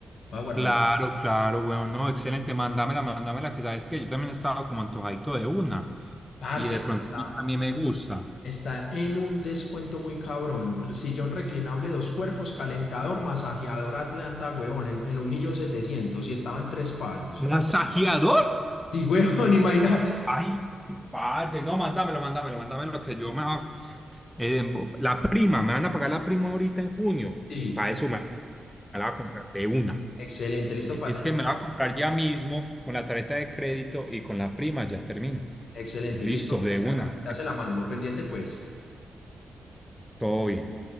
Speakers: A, on the left; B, in the centre.
A: Voy a guardarla.
B: Claro, claro, weón, no, excelente, mándamela, mándamela, que sabes que yo también estaba como antojadito de una,
A: Parce,
B: y de
A: y
B: pronto
A: está,
B: a mí me gusta.
A: está en un descuento muy cabrón. Sillón reclinable, dos cuerpos, calentador, masajeador Atlanta, huevón, en, en un millón setecientos y estaba en tres palos.
B: ¿Masajeador?
A: Sí, huevón, <laughs> imagínate.
B: Ay, sí, parce, no, mándamelo, mándamelo, mándamelo, que yo me va, eh, la prima, me van a pagar la prima ahorita en junio,
A: Sí,
B: y para eso me, me la va a comprar de una.
A: excelente,
B: Sí,
A: listo, parce,
B: es que
A: ya
B: me
A: te
B: la
A: la
B: va
A: voy
B: a comprar
A: a-
B: ya mismo, con la tarjeta de crédito y con la prima, ya termino.
A: Excelente,
B: Listo,
A: listo,
B: de
A: parce,
B: una,
A: hágale, ya se la mando, pendiente pues.
B: todo bien.